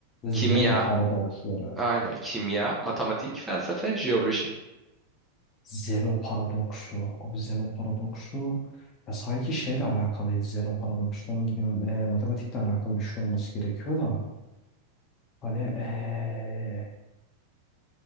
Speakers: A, in the centre; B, on the left.
A: Kimya.
B: Zeno paradoksları.
A: Aynen kimya, matematik, felsefe, jeoloji.
B: Zeno paradoksu. Abi Zeno paradoksu. Ya sanki şeyle alakalıydı Zeno paradoksu. Onu biliyorum. E, matematikle alakalı bir şey olması gerekiyor da. Hani e,